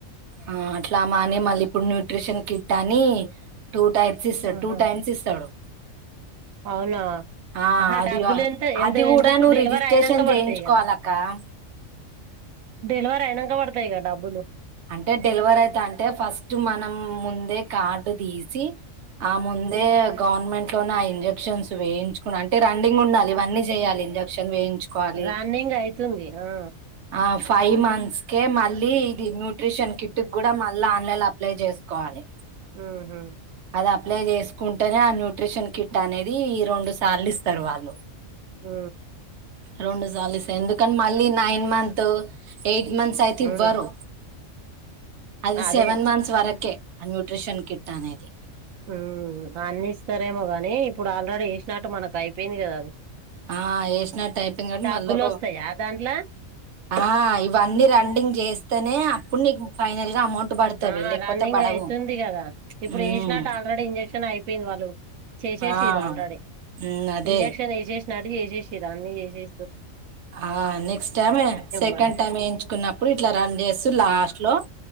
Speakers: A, on the right; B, on the right.
A: ఆ అట్లా మా అనే మళ్ళీ ఇప్పుడు న్యూట్రిషన్ కిట్ అని టూ టైమ్స్ ఇస్తాడు
B: ఆహా
A: టూ టైమ్స్ ఇస్తాడు
B: అవునా
A: ఆ
B: ఆహా
A: అది
B: డబ్బులు ఎంత ఎందు
A: అది కూడా
B: ఎందుకు
A: నువ్వు
B: డెలివరీ
A: రిజిస్ట్రేషన్
B: అయినాక పడతాయి
A: చేయించుకోవాలక్క
B: కదా డెలివర్ అయినాక పడతాయి కదా డబ్బులు
A: అంటే డెలివర్ అయిత అంటే ఫస్ట్ మనం ముందే కార్డు తీసి ఆ ముందే గవర్నమెంట్ లోనే అయింది ఇంజెక్షన్స్ వేయిుకు అంటే రన్నింగ్ ఉండాలి ఇవన్న చేయాల ఇంజెక్షన్ వేయి చు కోవాలి
B: రన్నింగ్ అయితుంది ఆ
A: ఆఫ్ ఫైవ్ మంత్స్కే మళ్ళీ ఇది న్యూట్రిషన్ కిట్ కూడా మళ్ళీ ఆన్లైన్ అప్లై చేసుకోవాలి
B: ఆహా
A: అ అప్లై చేసుకుంటేనే ఆ న్యూట్రిషన్ కిట్ అనేది రెండు సార్లు ఇస్తారు వాళ్ళు
B: ఊ
A: రెండు సలు ఇస ఎందుకని మళ్ళీ నైన్ మంత్ ఎయిట్ మంత్స్ అయితే
B: ఉమ్.
A: ఇవ్వరు అది
B: అదే
A: సెవెన్ మంత్స్ వరకే న్యూట్రిషన్ కిట్ అనేది
B: ఉ అన్ని ఇస్తారేమో గాని ఇప్పుడు ఆల్రెడీ ఏసినట్టు మనకు అయిపోయింది కదా అది
A: ఆ వేసినడు టైపింగ్ అండి
B: డబ్బులు
A: మళ్ళ
B: వస్తాయా దాంట్లో
A: ఆ ఇవన్నీ రండింగ్ చేస్తేనే అప్పుడు నీకు ఫైనల్ గా అమౌంట్ పడతవి
B: ఆ
A: లేకపోతే
B: రన్నింగ్
A: పడవు
B: అయితుంది కదా ఇప్పుడు
A: ఉమ్
B: వేసినట్టు ఆల్రెడీ ఇంజెక్షన్ అయిపోయింది వాళ్ళు చేసేసిరా
A: ఆ
B: ఆల్రెడీ
A: ఉమ్ అదే
B: ఇంజక్షన్ ఏ చేసినట్టు చేససిరా అన్న చేససి
A: ఆ నెక్స్ట్ టైమ్ సెకండ్
B: మరైతే
A: టైమ్ వేయించుకున్న ఇప్పుడు ఇట్లా రన్ చేస్తూ లాస్ట్ లో